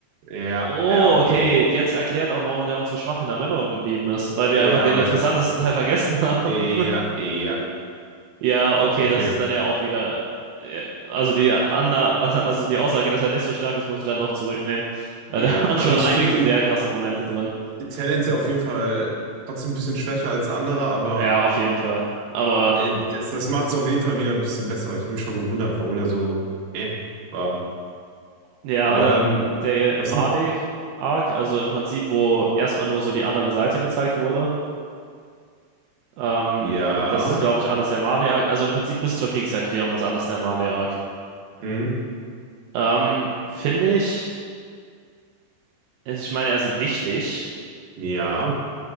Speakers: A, on the right; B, on the right.
A: Ja,
B: Oh,
A: ja, okay.
B: okay. Jetzt erklärt auch, warum der uns so schwach in Erinnerung geblieben ist, weil wir
A: Ja,
B: einfach den
A: weil,
B: interessantesten Teil vergessen haben.
A: ja,
B: <laughs>
A: ja,
B: Ja, okay,
A: okay.
B: das ist dann ja auch wieder. äh, Also die Anna, also also die Aussage, dass er nicht so stark ist, muss ich dann doch zurücknehmen. Äh,
A: Ja,
B: Da waren
A: also
B: schon
A: ich
B: einige
A: finde ihn
B: sehr krasse Momente drin.
A: tendenziell auf jeden Fall trotzdem ein bisschen schwächer als andere, aber
B: Ja, auf jeden Fall. Aber
A: äh, das, das macht es auf jeden Fall wieder ein bisschen besser, weil ich habe mich schon gewundert, warum der so, äh, war.
B: Ja,
A: Aber
B: aber da,
A: dann,
B: der
A: was
B: Malik-Arc,
A: sind,
B: also im Prinzip, wo erstmal nur so die andere Seite gezeigt wurde, ähm,
A: ja,
B: das ist, glaube ich, alles der Malik-Arc. Also im Prinzip bis zur Kriegserklärung ist alles der Malik-Arc.
A: hm,
B: Ähm, finde ich, also ich meine, er ist wichtig,
A: ja.